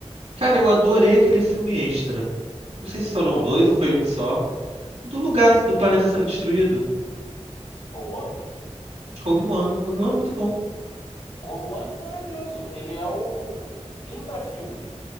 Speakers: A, on the right; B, on the left.
A: Cara, eu adorei
B: ele-
A: aquele filme extra. Não sei se foram
B: qual?
A: dois ou foi um só. Do lugar do planeta sendo destruído.
B: Rogue One?
A: Rogue One. Rogue One é muito bom.
B: Rogue One é maravilhoso. Ele é o intrafilme.